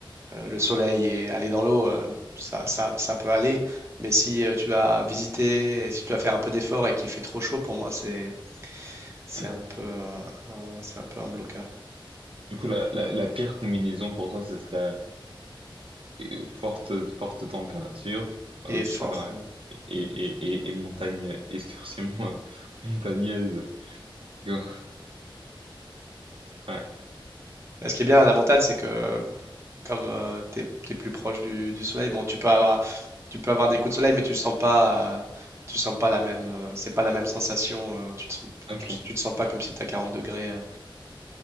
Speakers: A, on the right; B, on the right.
A: euh, le soleil et aller dans l'eau, euh, ça, ça, ça peut aller. Mais si euh, tu dois visiter, et si tu dois faire un peu d'effort et qu'il fait trop chaud, pour moi, c'est, c'est
B: ouais.
A: un peu, un- c'est un peu un bloqueur.
B: Du coup, la, la, la pire combinaison pour toi, ce serait euh, forte, forte température euh,
A: Et
B: tu-
A: fort.
B: enfin,
A: ouais.
B: et, et, et, et montagne, excursion euh, <laughs> montagneuse. Go. Ouais,
A: Mais ce qui est bien à la montagne, c'est que comme euh, t'es, plus proche du, du soleil, bon, tu peux avoir, tu peux avoir des coups de soleil, mais tu sens pas, euh, tu sens pas la même, euh, c'est pas la même sensation. euh, tu te sens,
B: ok.
A: tu, tu te sens pas comme si t'as 40 degrés. euh,